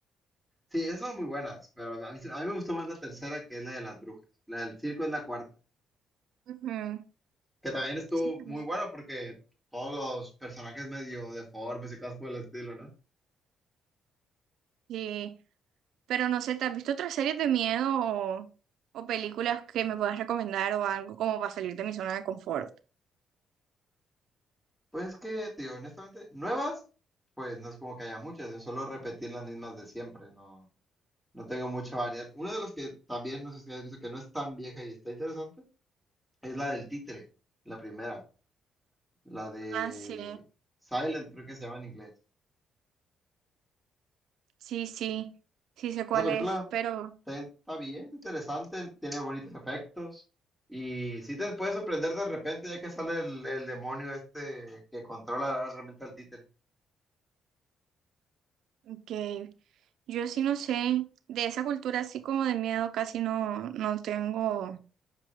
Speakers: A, in the centre; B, on the right.
A: Sí, esas son muy buenas, pero a mí, se- a mí me gustó más la tercera que es la de las brujas. La del circo es la cuarta,
B: Ujú,
A: que también estuvo
B: Sí, pues,
A: muy buena porque todos los personajes medio deformes y cosas por el estilo, ¿no?
B: sí. Pero no sé, ¿te has visto otras series de miedo o, o películas que me puedas recomendar o algo como para salir de mi zona de confort?
A: Pues es que, tío, honestamente, nuevas, pues no es como que haya muchas, es solo repetir las mismas de siempre, ¿no? No tengo mucha variedad. Una de las que también no sé si has visto que no es tan vieja y está interesante es la del títere, la primera, la de
B: Ah, sí,
A: Silent, creo que se llama en inglés.
B: sí, sí, sí sé cuál
A: Esa película
B: es, pero
A: está, está bien, interesante, tiene bonitos efectos y sí te puede sorprender de repente ya que sale el, el demonio este que controla realmente al títere.
B: que yo sí no sé, de esa cultura así como de miedo casi no, no tengo,